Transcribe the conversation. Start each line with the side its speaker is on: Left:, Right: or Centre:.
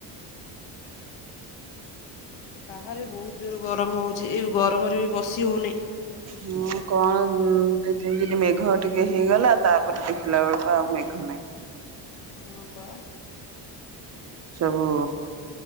Left: ଏ ବାହାରେ ବହୁତ ଜୋର ଗରମ ହଉଛି ଏ ଗରମରେ ବି ବସି ହଉନି।
Right: ହୁଁ କଣ ଦି ତିନି ଦିନ ମେଘ ଟିକେ ହେଇଗଲା ତାପରେ ଦେଖିଲା ବେଳକୁ ଆଉ ମେଘ ନାହିଁ।
Left: ହଁ ପା।
Right: ସବୁ